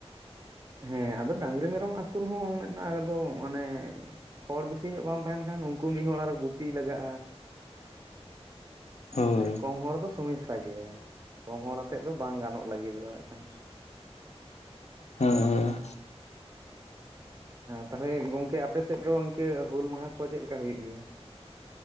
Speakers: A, on the right; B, on the left.
A: ᱦᱮᱸ ᱟᱫᱚ ᱰᱟᱝᱨᱤ ᱢᱮᱨᱚᱢ ᱟᱹᱥᱩᱞ ᱦᱚᱸ ᱢᱤᱫᱴᱟᱝ ᱮᱠᱫᱚᱢ ᱢᱟᱱᱮ ᱦᱚᱲ ᱵᱮᱥᱤ ᱧᱚᱜ ᱵᱟᱢ ᱛᱟᱦᱮᱱ ᱠᱷᱟᱱ, ᱩᱱᱠᱩ ᱢᱤᱫ ᱦᱚᱲ ᱟᱨᱚ ᱜᱩᱯᱤ ᱞᱟᱜᱟᱜᱼᱟ᱾
B: <inaudible> ᱦᱳᱭ
A: ᱵᱟᱠᱷᱟᱡ ᱠᱚᱢ ᱦᱚᱲ ᱫᱚ ᱥᱚᱢᱚᱥᱥᱟ ᱥᱟ ᱜᱮᱭᱟ ᱠᱚᱢ ᱦᱚᱲ ᱟᱛᱮᱫ ᱫᱚ ᱵᱟᱝ ᱜᱟᱱᱚᱜ ᱞᱟᱹᱜᱤᱫᱚᱜᱼᱟ ᱦᱟᱜ ᱠᱷᱟᱱ᱾
B: ᱦᱮᱸ ᱦᱮᱸ᱾
A: ᱛᱟᱦᱚᱞᱮ ᱜᱚᱝᱠᱮ ᱟᱯᱮ ᱥᱮᱫ ᱫᱚ ᱤᱱᱠᱟᱹ ᱦᱩᱞ ᱢᱟᱦᱟ ᱠᱚ ᱪᱮᱫ ᱞᱮᱠᱟ ᱦᱩᱭᱩᱜ ᱜᱮᱭᱟ?